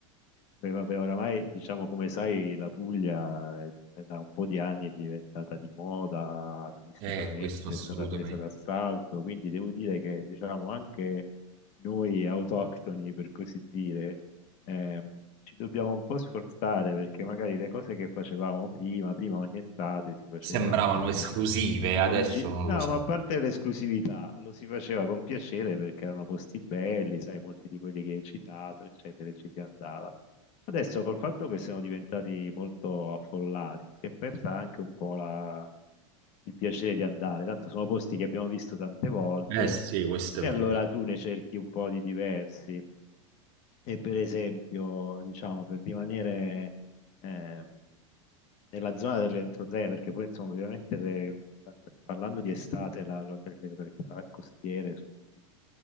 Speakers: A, on the left (about 40°); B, on the right (about 50°).
A: beh, vabbè, oramai diciamo come sai la Puglia eh, da un po' di anni è diventata di moda turisticamente,
B: Eh, questo assolutamente.
A: è stata presa d'assalto, quindi devo dire che diciamo anche noi autoctoni per così dire ehm, ci dobbiamo un po' sforzare perché magari le cose che facevamo prima, prima ogni estate si faceva
B: Sembravano
A: appunto
B: esclusive, adesso
A: Un gi-
B: non
A: no,
B: lo so.
A: ma a parte l'esclusività, lo si faceva con piacere perché erano posti belli, sai, molti di quelli che hai citato, eccetera, e ci si andava. Adesso col fatto che siamo diventati molto affollati, si è persa anche un po' la- il piacere di andare, tanto sono posti che abbiamo visto tante volte
B: Eh sì, questo
A: e
B: è vero.
A: allora tu ne cerchi un po' di diversi. E per esempio, diciamo, per rimanere ehm, nella zona dell'entroterra, perché poi insomma ovviamente le- parlando di estate la- la- le località costiere sono più